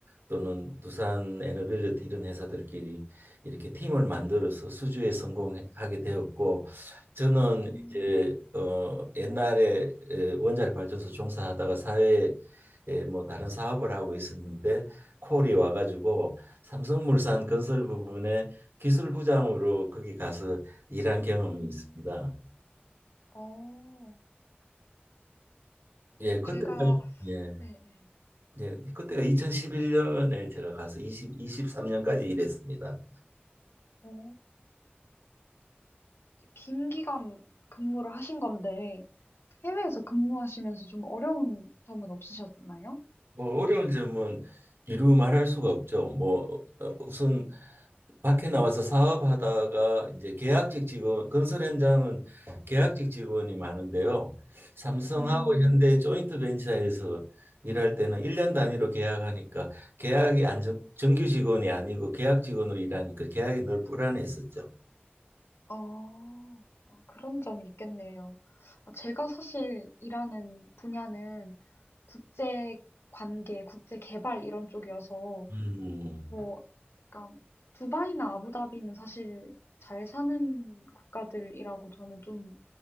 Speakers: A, on the right; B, on the left.
A: 또는 두산 에너빌리티 이런 회사들끼리 이렇게 팀을 만들어서 수주에 성공하게 되었고 저는
B: 음,
A: 이제 어 옛날에 에, 원자력 발전소 종사하다가 사회에 예, 뭐 다른 사업을 하고 있었는데 콜이 와가지고 삼성물산 건설 부분에 기술부장으로 거기 가서 일한 경험이
B: 음,
A: 있습니다.
B: 어,
A: 예, 그때가
B: 제가
A: 예,
B: 네, 네.
A: 예, 그때가 2011년에 제가 가서 20, 23년까지 일했습니다.
B: 어, 긴 기간 근무를 하신 건데 해외에서 근무하시면서 좀 어려운 점은 없으셨나요?
A: 뭐 어려운 점은 이루 말할 수가 없죠. 뭐 어, 우선 밖에 나와서 사업하다가 이제 계약직 직원, 건설 현장은 계약직 직원이 많은데요. 삼성하고
B: 음,
A: 현대 조인트 벤처에서 일할 때는 일년 단위로 계약하니까 계약이 안정, 정규 직원이 아니고 계약 직원으로 일하니까 계약이 늘 불안했었죠.
B: 어. 어 그런 점이 있겠네요. 어 제가 사실 일하는 분야는 국제 관계, 국제 개발 이런 쪽이어서
A: 음.
B: 뭐 그러니까 두바이나 아부다비는 사실 잘 사는 국가들이라고 저는 좀